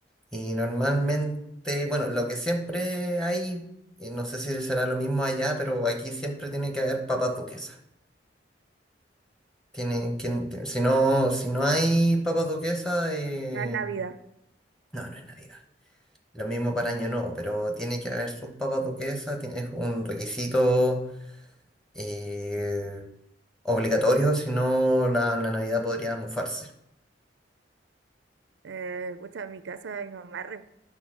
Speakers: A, in the centre; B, on the right (about 75°).
A: Y normalmente, bueno, lo que siempre hay, y no sé si será lo mismo allá, pero aquí siempre tiene que haber papas duquesas. Tienen que, si no, si no hay papas duquesas, eh,
B: la Navidad.
A: no, no es Navidad. Lo mismo para Año Nuevo, pero tiene que haber sus papas duquesas, tiene- es un requisito eh, obligatorio, si no la, la Navidad podría mufarse,
B: Eh, pucha, en mi casa mi mamá re